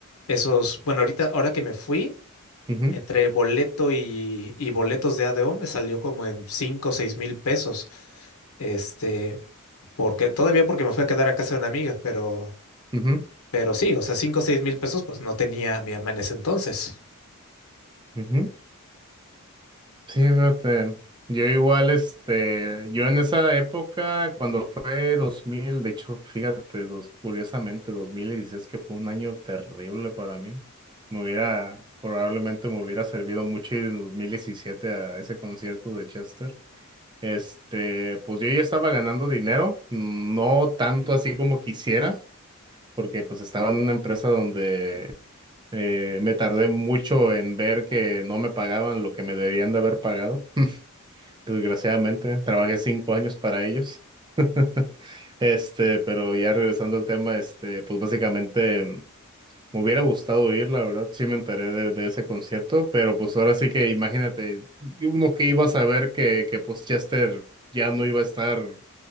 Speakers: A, on the left; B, on the right.
A: esos, bueno, ahorita, ahora que me fui,
B: ujú,
A: entre boleto y, y boletos de ADO me salió como en 5 o 6 mil pesos, este, porque, todavía porque me fui a quedar a casa de una amiga, pero,
B: ujú,
A: pero sí, o sea, 5 o 6 mil pesos pues no tenía mi mamá en ese entonces.
B: ujú. Sí, fíjate, yo igual, este, yo en esa época, cuando fue 2000 de hecho, fíjate, dos, curiosamente, dos mil dieciséis que fue un año terrible para mí, me hubiera, probablemente me hubiera servido mucho ir en 2017 a ese concierto de Chester. Este, pues yo ya estaba ganando dinero, no tanto así como quisiera, porque pues estaba en una empresa donde eh, me tardé mucho en ver que no me pagaban lo que me debían de haber pagado. Desgraciadamente, trabajé cinco años para ellos. <laughs> Este, pero ya regresando al tema, este, pues básicamente mm, me hubiera gustado ir, la verdad, sí me enteré de, de ese concierto, pero pues ahora sí que imagínate, uno que iba a saber que, que pues Chester ya no iba a estar